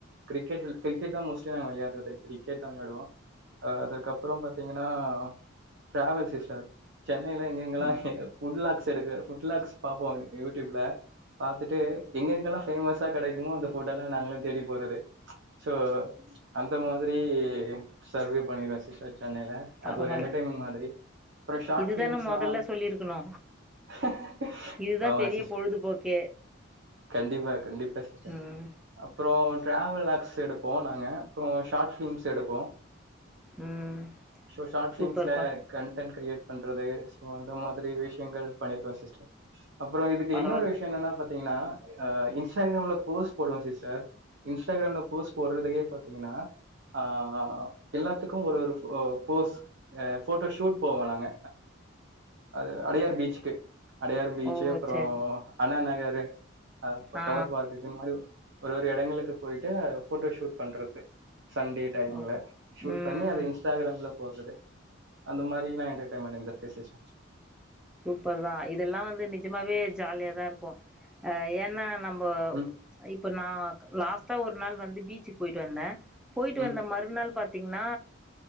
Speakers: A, on the right (about 60°); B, in the centre.
A: கிரிக் கெட் கெரிக்கெட் தா மோஸ்ட்லி நாங்க விளையாடுறது கிரிக்கெட் தா விளையாடுவோம் அ அதற்கப்புறம் பாத்தீங்கன்னா டிராவல் சிஸ்டர் சென்னைல எங்க எங்கலா
B: ம்
A: புட் லாக்ஸ் எடுக்ற ஃபுட் லாக்ஸ் பாப்போம் யூட்யூப்ல பாத்துட்டு எங்கெங்கல்லா ஃபேமஸா கெடைக்குமோ அந்த ஃபுட்டெல்லா நாங்களும் தேடி போறது சோ அந்த மாதிரி சர்வே பண்ணிருக்கேன் சிஸ்டர் சென்னையில
B: பரவால்ல
A: அது ஒரு என்டர்டெயின்மென் மாதிரி அப்புறம் ஷார்ட்
B: இதுதான
A: பிலிம்ஸ்லா
B: மொதல்ல சொல்லிருக்கணு
A: <inaudible>
B: இதுதா
A: ஆமா
B: பெரிய
A: சிஸ்
B: பொழுதுபோக்கே
A: கண்டிப்பா கண்டிப்பா சிஸடர்
B: ம்
A: அப்றோ ட்ராாவல் எக்ஸ் எடுப்போ‌ நாங்க அப்றோ ஷார்ட் ஃபிலிம்ஸ் எடுப்போ
B: ம்
A: சோ ஷார்ட் ஃபிலிம்ஸ்ல
B: சூப்பர்ப்பா
A: கண்டன் கிரியேட் பண்றது சோ அந்த மாதிரி விஷ் பண்ணிருக்கோ சிஸ்டர் அப்றோ இதுக்கு
B: பரவால்ல
A: இன்னொரு விஷயோ என்னா பாத் பாத்தீங்கன்னா இன்ஸ்டாகிராம்ல போஸ்ட் போடுவேன் சிஸ்டர் இன்ஸ்டாகிராம்ல போஸ்ட் போடறதுலே பாத்தீங்கன்னா ஆ எல்லாத்துக்கு ஒரு ஒரு போஸ் போட்டோ ஷூட் போவோ நாங்க ஆ <unintelligible> அடையார் பீச்க்கு அடையார் பீச்சு
B: ஓ
A: அப்பறோ
B: சேரி
A: அண்ணா நகர் <inaudible> அப்ப
B: ஆ
A: டவர் பார்க்க மாரி ஒரு ஒரு இடங்களுக்கு போயிட்டு போட்டோ ஷூட் பண்றது சண்டே டைம்ல
B: ஓகே
A: ஷூட்
B: ம்
A: பண்ணி அதை இன்ஸ்டாகிராம்ல போறது அந்த மாரி எல்லா என்டர்டைமன்ட் இருந்திருக்கு சிஸ்
B: சூப்பர் தான் இதெல்லா வந்து நிஜமாவே ஜாலியாதான் இருக்கு அஹ் ஏன்னா நம்ம
A: ம்
B: இப்போ இப்போ நான் லாஸ்ட்டா ஒரு நாள் வந்து பீச்சுக்கு போயிவிட்டு வந்தேன் போயிட்டு
A: ம்
B: வந்த மறுநாள் பாத் தீங்னா